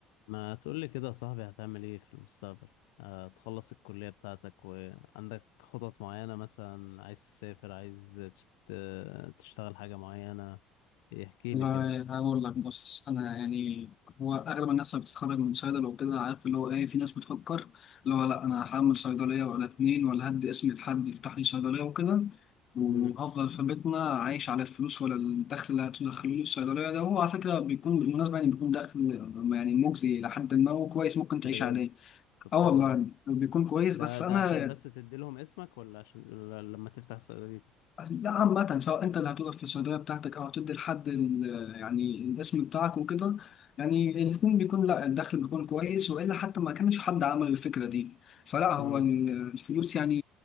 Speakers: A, on the left; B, on the left.
A: ما تقولي كده يا صاحبي هتعمل ايه في المستقبل آه، تخلص الكلية بتاعتك وعندك خطط معينة مثلا عايز تسافر عايز تشت- تشتغل حاجة معينة احكي
B: والله
A: لي كده
B: هقول لك بص انا يعني هو اغلب الناس اللي بتتخرج من صيدله وكده عارف اللي هو ايه في ناس بتفكر اللي هو لا انا هعمل صيدليه ولا اتنين ولا هدي اسم لحد يفتح لي صيدليه وكده وهفضل
A: امم
B: في بيتنا عايش على الفلوس ولا الدخل اللي هتدخله لي الصيدليه ده هو على فكره بيكون بالمناسبه يعني بيكون دخل يعني مجزي لحد ما هو كويس ممكن تعيش
A: بجد
B: عليه
A: طب
B: اه
A: حلو
B: والله
A: أوي.
B: بيكون كويس
A: ده
B: بس
A: ده
B: انا
A: عشان بس تدي لهم اسمك ولا عشان ولا لما تفتح صيدليتك
B: لا عامة سواء أنت اللي هتوقف في الصيدلية بتاعتك أو هتدي لحد ال- يعني الاسم بتاعك وكده يعني الاتنين بيكون لا الدخل بيكون كويس وإلا حتى ما كانش حد عمل الفكرة دي فلا هو
A: امم
B: ال- الفلوس يعني